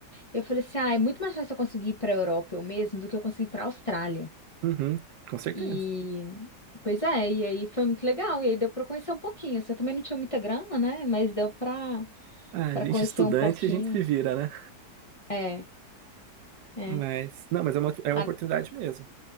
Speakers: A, on the left; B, on the right.
A: Eu falei assim: ah, é muito mais fácil eu conseguir ir pra Europa eu mesmo do que eu conseguir ir pra Austrália.
B: Uhum, com certeza.
A: E pois é, e aí foi muito legal, e aí deu para conhecer um pouquinho. Você também não tinha muita grana, né? Mas deu para
B: Ah,
A: para
B: gente,
A: conhecer
B: estudante,
A: um pouquinho.
B: a gente se vira, né?
A: É, é.
B: Mas, não, mas é uma, é uma
A: A-
B: oportunidade mesmo